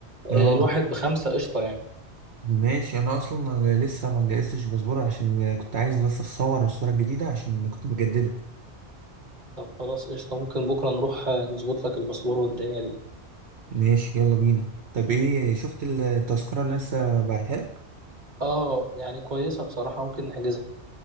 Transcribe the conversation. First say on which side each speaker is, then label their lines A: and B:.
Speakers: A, on the right (about 70°); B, on the right (about 40°).
A: اه
B: آه، الواحد بخمسة قشطة يعني
A: ماشي انا اصلا لسه ما جهزتش الباسبور عشان كنت عايز بس اتصور الصورة الجديدة عشان كنت بجدده
B: طب خلاص قشطة ممكن بكرة نروح آه، نظبط لك الباسبور والدنيا دي
A: ماشي يلا بينا طب ايه شفت التذكرة اللي لسه بعتها لك؟
B: اه يعني كويسة بصراحة ممكن نحجزها